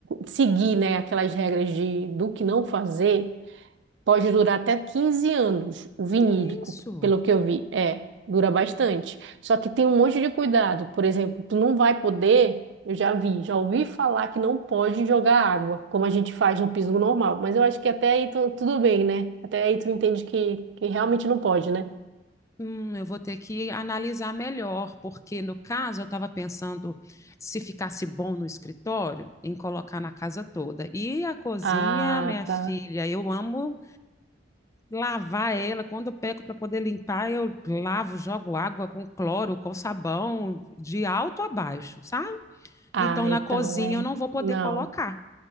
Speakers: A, on the right; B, on the left.
A: seguir, né, aquelas regras de, do que não fazer, Pode durar até 15 anos, o vinílico,
B: Que isso?
A: pelo que eu vi. É, dura bastante. Só que tem um monte de cuidado. Por exemplo, tu não vai poder, eu já vi, já ouvi falar que não pode jogar água, como a gente faz no piso normal. Mas eu acho que até aí tu- tudo bem, né? Até aí tu entende que, que realmente não pode, né?
B: Hum, eu vou ter que analisar melhor, porque no caso eu estava pensando se ficasse bom no escritório, em colocar na casa toda. E a cozinha,
A: Ah,
B: minha filha,
A: tá.
B: eu amo lavar ela. Quando eu pego para poder limpar, eu lavo, jogo água com cloro, com sabão, de alto a baixo, sabe?
A: Ah,
B: Então na
A: então
B: cozinha
A: é.
B: eu não vou poder
A: Não.
B: colocar.